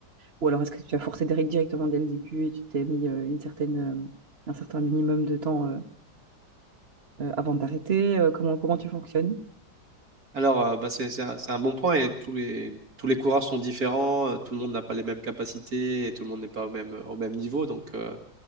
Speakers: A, on the right; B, on the right.
A: ou alors est-ce que tu as forcé des règles directement dès le début et tu t'es mis euh, une certaine, euh, un certain minimum de temps euh, euh, avant de t'arrêter? Euh, comment, comment tu fonctionnes?
B: Alors, euh, bah, c'est c'est un, c'est un bon point et tous les, tous les coureurs sont différents, euh, tout le monde n'a pas les mêmes capacités et tout le monde n'est pas au même, au même niveau. Donc, euh,